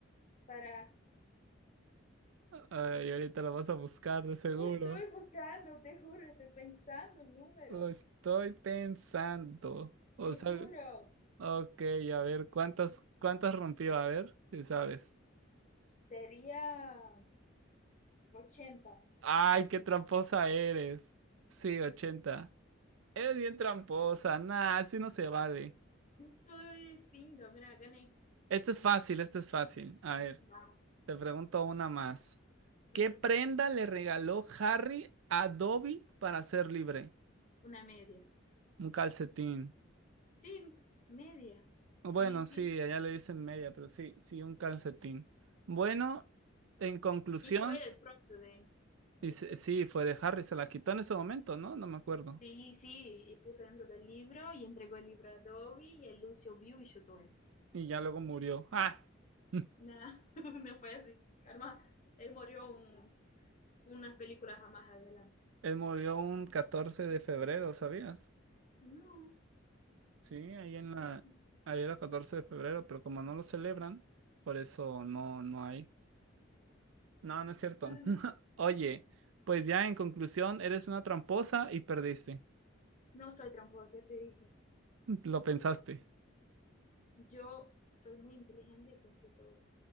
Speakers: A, on the left; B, on the right.
A: para.
B: Ay, ahorita lo vas a buscar, de seguro.
A: No estoy buscando, te juro, estoy pensando un número.
B: Lo estoy pensando. O
A: Te
B: sea,
A: juro,
B: Ok, a ver, ¿cuántas, cuántas rompió? A ver, si sabes.
A: sería ochenta
B: ¡Ay, qué tramposa eres! Sí, 80. Eres bien tramposa. Nah, así no se vale.
A: Estoy diciendo, mira, gané.
B: Este es fácil, este es fácil. A ver,
A: Vamos.
B: te pregunto una más. ¿Qué
A: Mm,
B: prenda le regaló Harry a Dobby para ser libre?
A: una media.
B: Un calcetín.
A: Sí, media.
B: Bueno,
A: ¿Te ponen
B: sí,
A: pie?
B: allá le dicen media, pero sí, sí, un calcetín. Bueno, en conclusión,
A: Y fue el pronto de, ¿viste?
B: dice- sí, fue de Harry, se la quitó en ese momento, ¿no? No me acuerdo.
A: Sí, sí, y puso dentro del libro y entregó el libro a Adobe y el Lucio vio y chutó él.
B: y ya luego murió. ¡Ah! <laughs>
A: Nah, <laughs> no fue así. Karma, él murió unos, unas películas más adelante.
B: Él murió un 14 de febrero, ¿sabías?
A: No,
B: Sí, ahí en
A: qué triste.
B: la, ahí era 14 de febrero, pero como no lo celebran, por eso no, no hay. No, no es cierto.
A: No, no.
B: <laughs> Oye, pues ya en conclusión, eres una tramposa y perdiste.
A: No soy tramposa, ya te dije.
B: Lo pensaste.
A: Yo soy muy inteligente y pensé todo.